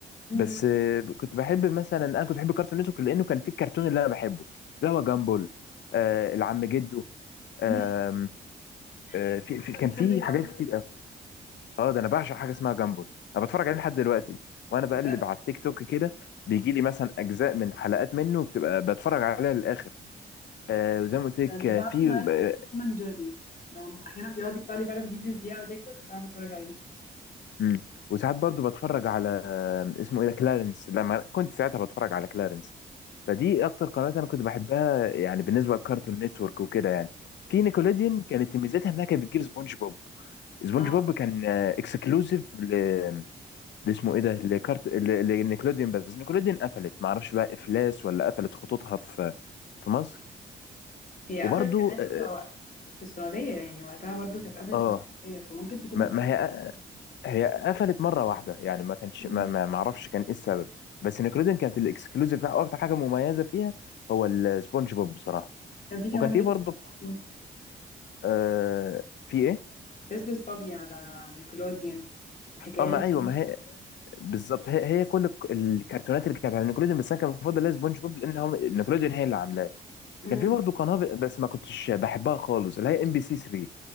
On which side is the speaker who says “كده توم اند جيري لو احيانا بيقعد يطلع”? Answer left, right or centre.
Left